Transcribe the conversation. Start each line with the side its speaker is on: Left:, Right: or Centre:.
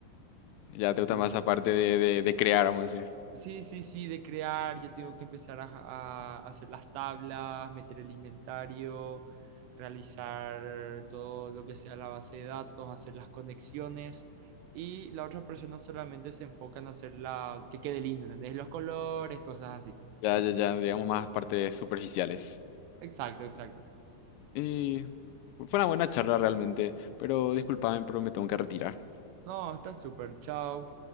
Left: Ya te gusta
Right: Es,
Left: más esa parte de, de, de crear, vamos a decir.
Right: Sí, sí, sí, de crear, yo tengo que empezar a, ja, a hacer las tablas, meter el inventario, realizar todo lo que sea la base de datos, hacer las conexiones y la otra persona solamente se enfoca en hacer la, que quede lindo, ¿entendés? Los colores, cosas así.
Left: Ya, ya, ya, digamos más partes superficiales.
Right: Exacto, exacto.
Left: Y fue una buena charla realmente, pero discúlpame, pero me tengo que retirar.
Right: No, está súper, chao.